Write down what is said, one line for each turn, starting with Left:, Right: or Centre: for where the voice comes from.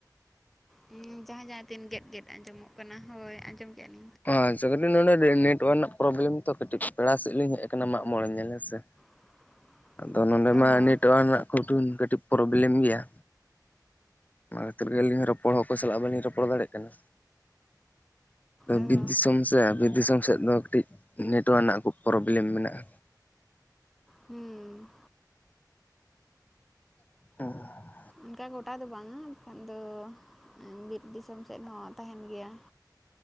Centre: ᱦᱩ ᱡᱟᱦᱟᱸᱡ ᱛᱤᱱ ᱜᱮᱫ ᱜᱮᱫ ᱟᱸᱡᱚᱢᱚᱜ ᱠᱟᱱᱟ ᱦᱳᱭ ᱟᱸᱡᱚᱢ ᱠᱮᱫᱟᱞᱤᱧ
Left: ᱟᱪᱪᱷᱟ ᱠᱟᱹᱴᱤᱡ ᱱᱚᱰᱮ ᱱᱮᱴᱳᱣᱟᱨᱠ ᱨᱮᱱᱟᱜ ᱯᱨᱚᱵᱞᱮᱢ ᱛᱚ ᱠᱟᱹᱴᱤᱡ ᱯᱮᱲᱟ ᱥᱮᱫ ᱞᱤᱧ ᱦᱮᱡ ᱟᱠᱟᱱᱟ ᱢᱟᱜ ᱢᱚᱬᱮ ᱧᱮᱞ ᱦᱮᱸᱥᱮ᱾
Centre: <inaudible>
Left: ᱟᱫᱚ ᱱᱚᱰᱮ
Centre: ᱚ
Left: ᱢᱟ
Centre: ᱦᱚᱸ
Left: ᱱᱮᱴᱳᱣᱟᱨᱠ ᱨᱮᱱᱟᱜᱴ ᱠᱟᱹᱴᱤᱡ ᱯᱨᱚᱵᱞᱮᱢ ᱜᱮᱭᱟ᱾ ᱚᱱᱟ ᱠᱷᱟᱹᱛᱤᱨ ᱜᱮ ᱟᱹᱞᱤᱧ ᱦᱚᱸ ᱨᱚᱯᱚᱲ ᱦᱚᱸᱠᱚ ᱥᱟᱞᱟᱜ ᱵᱟᱹᱞᱤᱧ ᱨᱚᱯᱚᱲ ᱫᱟᱲᱮᱭᱟᱜ ᱠᱟᱱᱟ᱾
Centre: ᱚ
Left: ᱵᱤᱨ
Centre: ᱦᱚᱸ
Left: ᱫᱤᱥᱚᱢ ᱥᱮ ᱵᱤᱨ ᱫᱤᱥᱚᱢ ᱥᱮᱫ ᱫᱚ ᱠᱟᱹᱴᱤᱡ ᱱᱮᱴᱚᱣᱟᱨᱠ ᱨᱮᱱᱟᱜ ᱠᱚ ᱯᱨᱚᱵᱞᱮᱢ ᱢᱮᱱᱟᱜᱼᱟ᱾
Centre: ᱦᱮᱸ
Left: ᱦᱮᱸ
Centre: ᱚᱱᱠᱟ ᱜᱚᱴᱟ ᱫᱚ ᱵᱟᱝᱜᱟ ᱫᱚ ᱵᱤᱨ ᱫᱤᱥᱚᱢ ᱥᱮᱫ ᱦᱚᱸ ᱛᱟᱦᱮᱱ ᱜᱮᱭᱟ᱾